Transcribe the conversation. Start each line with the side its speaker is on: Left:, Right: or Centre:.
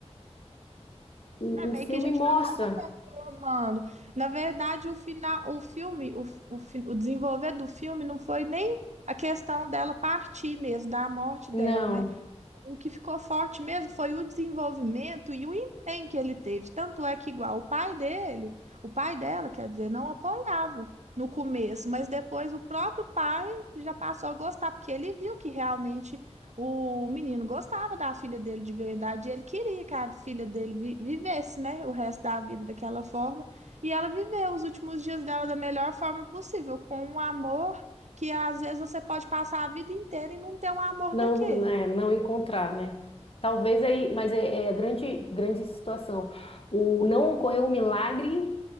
Left: o,
Right: é meio
Left: o filme
Right: que a gente
Left: mostra.
Right: já estava confirmando. Na verdade, o final, o filme, o, o, fi- o desenvolver do filme não foi nem a questão dela partir mesmo, da morte
Left: Não.
Right: dela, né? o que ficou forte mesmo foi o desenvolvimento e o empenho que ele teve. Tanto é que, igual o pai dele, o pai dela, quer dizer, não apoiava no começo, mas depois o próprio pai já passou a gostar, porque ele viu que realmente o menino gostava da filha dele de verdade e ele queria que a filha dele vi- vivesse, né, o resto da vida daquela forma. E ela viveu os últimos dias dela da melhor forma possível, com um amor. Que às vezes você pode passar a vida inteira e não ter um amor
Left: Não,
Right: daquele.
Left: é, não encontrar, né? Talvez aí, mas é, é a grande, grande situação. O, não ocorreu o milagre